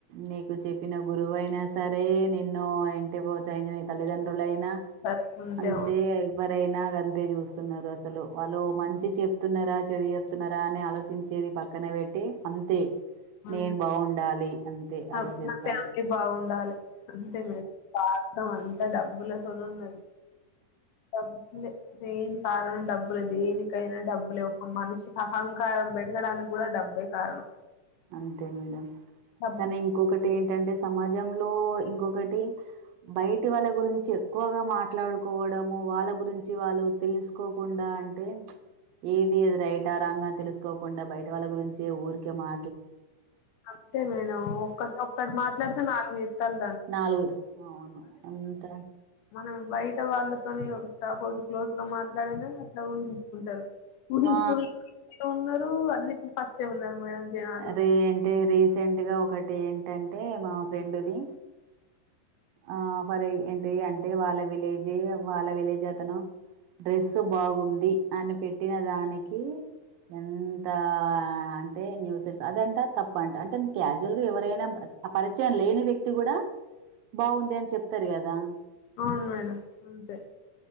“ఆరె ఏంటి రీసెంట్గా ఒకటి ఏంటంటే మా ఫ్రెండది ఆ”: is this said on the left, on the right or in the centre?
Right